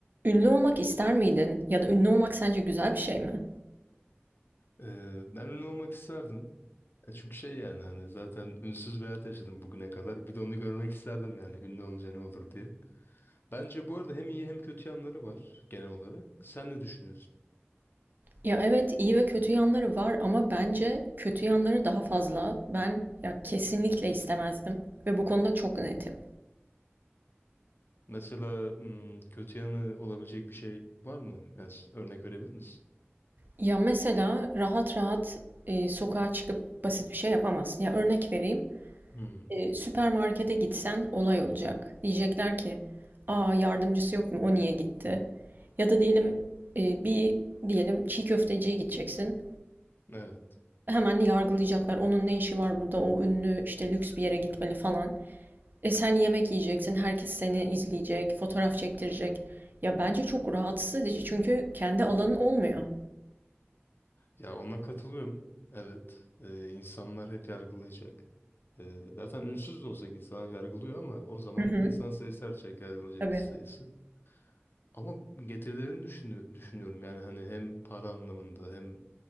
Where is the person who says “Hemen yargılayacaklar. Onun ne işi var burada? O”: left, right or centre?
Right